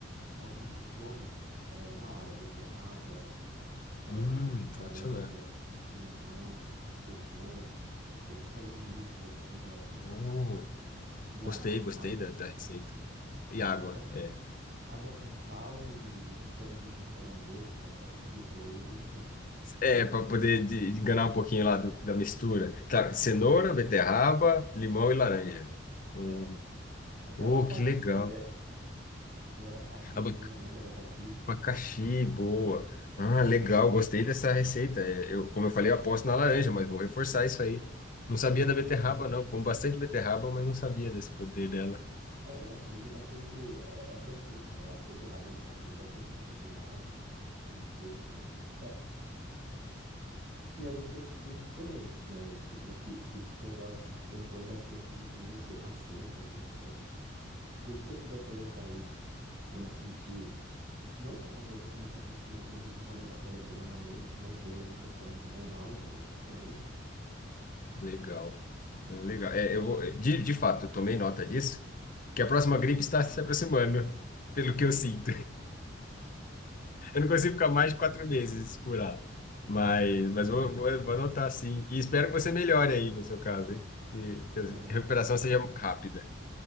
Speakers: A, on the right; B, on the left.
A: algum sintoma, é na hora, beterraba, é,
B: Hum, pode
A: laranja,
B: funcionar.
A: limão, cenoura. Tenta fazer um mix assim, eu acho que não tudo
B: Oh,
A: junto. E
B: gostei,
A: água
B: gostei
A: água.
B: da, da receita. E
A: Água
B: água.
A: pra cima.
B: É,
A: Água com sal e um tanguezinho pra dar um gosto, pra ficar tipo Gatorade. <laughs>
B: É, para poder de- de enganar um pouquinho lá do- da mistura. Tá, cenoura, beterraba, limão e laranja. Hum.
A: É. Até
B: Oh,
A: abacaxi,
B: que legal.
A: se tiver. Se tiver abacaxi
B: Aba-
A: também, já manda abacaxi.
B: Abacaxi, boa. Ah, legal,
A: Mas eu,
B: gostei dessa receita. É, Eu, como eu falei, eu aposto na laranja, mas vou reforçar isso aí. Não sabia
A: sim.
B: da beterraba, não. Como bastante beterraba, mas não sabia desse poder dela.
A: É, porque tem bastante é, essas frutas. é, a beterraba, né? Tem bastante vitamina A e C também, e ferro, né? E as outras frutas também, né? As frutas fi- cítricas, elas compõem bastante vitamina C, maçã também. Então, tudo que você puder colocar aí quando sentir. Não só quando você começar a sentir, mas quando os sintomas aparecerem realmente, mantenha a alimentação normal e vai adicionar isso.
B: Legal. Legal. É, eu vou, de, de fato, eu tomei nota disso, que a próxima gripe está se aproximando, pelo que eu sinto. Eu não consigo ficar mais de quatro meses curado. Mas, mas vou, vou, vou anotar sim. E espero que você melhore aí no seu caso, hein? Que, que a
A: Não, não.
B: recuperação seja rápida.